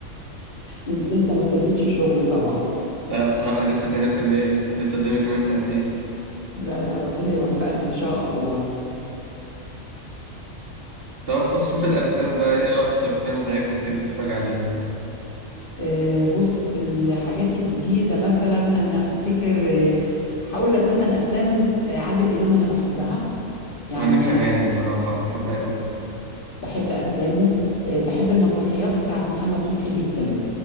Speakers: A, on the left; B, on the right.
A: انت لسه ما ابتديتش شغل طبعا
B: <laughs> لا صراحة لسه تانية كلية لسه قدامي كمان سنتين
A: لا لا ربنا يوفقك ان شاء الله
B: طب بخصوص الأفلام بقى إيه أكتر فيلم حضرتك بتحب تتفرج عليه؟
A: آه، بص في الحاجات الجديدة مثلا أنا أفتكر آه، هقول لك مثلا أفلام آه، عادل إمام أنا بحبها يعني
B: وأنا كمان
A: أنا
B: بصراحة بحبها أوي
A: بحب أفلامه آه، بحب المسرحيات بتاعت محمد صبحي جدا